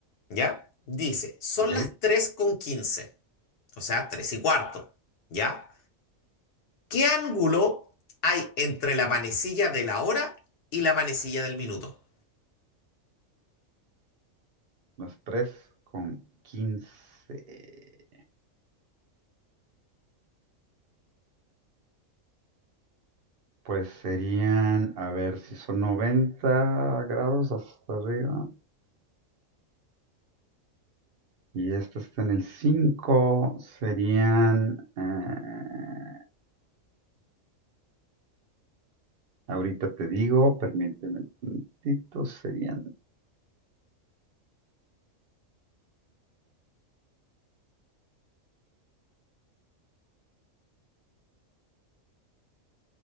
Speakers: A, on the left; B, on the right.
A: ¿ya? Dice, son
B: ok.
A: las 3 con 15, o sea, 3 y cuarto, ¿ya? ¿Qué ángulo hay entre la manecilla de la hora y la manecilla del minuto?
B: Las tres con quince Pues serían, a ver, si son 90 grados hasta arriba y este está en el 5, serían, eh, ahorita te digo, permíteme un momentito, serían,